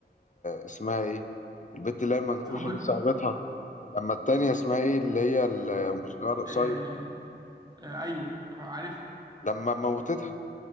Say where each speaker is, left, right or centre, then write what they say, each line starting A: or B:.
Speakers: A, on the left (about 45°); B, on the right (about 25°).
A: اسمها ايه البت اللي هي المنكوشه
B: صاحبتها
A: دي صاحبتها لما التانية اسمها ايه اللي هي الموسيقار القصير
B: آه آه ايوه عارفها
A: لما موتتها